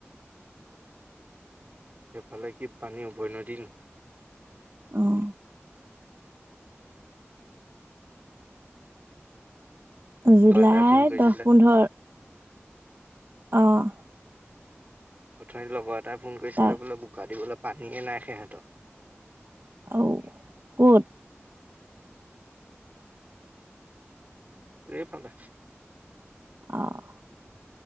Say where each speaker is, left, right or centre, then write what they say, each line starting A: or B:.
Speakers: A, on the right; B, on the right.
A: সেইফালে কি পানী উভৈ নদী নি
B: অ'। জুলাই
A: লগৰ এটাই ফোন কৰিছিলে
B: দহ, পোন্ধৰ। অ'।
A: অথনি লগৰ এটাই ফোন কৰিছিলে
B: তাৰ
A: বোলে বোকা দিবলৈ বোলে পানীয়েই নাই সিহঁতৰ।
B: অউ, ক'ত?
A: এইফালে।
B: অ'।